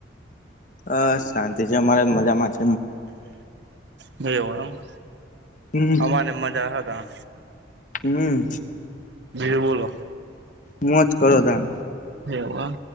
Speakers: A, on the left; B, on the right.
A: બસ શાંતિ છે, અમારે મજામાં જ.
B: મજામાં એમ,
A: હમ
B: અમારે મજા હતા.
A: હમ્મ.
B: બીર બોલો?
A: મુંજ કરો તમ.
B: એવુ એમ?